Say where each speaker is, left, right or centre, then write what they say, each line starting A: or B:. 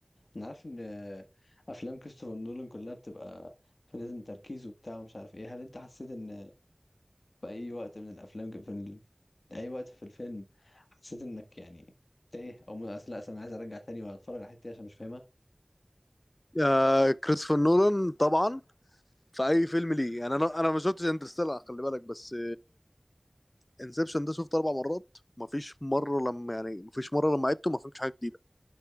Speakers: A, on the left; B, on the left.
A: انا عارف ان افلام كريستوفر نولان كلها بتبقى لازم تركيز وبتاع ومش عارف ايه هل انت حسيت ان في اي وقت من الافلام في ال... اي وقت في الفيلم حسيت انك يعني تايه او م... أصل لا أصل انا عايز ارجع تاني واتفرج على الحته دي عشان مش
B: آه كريستوفر نولان طبعا في اي فيلم ليه يعني انا انا ما شفتش انترستيلر خلي بالك بس انسبشن ده شفته اربع مرات ما فيش مره لما يعني ما فيش مره لما عدته ما فهمتش حاجه جديده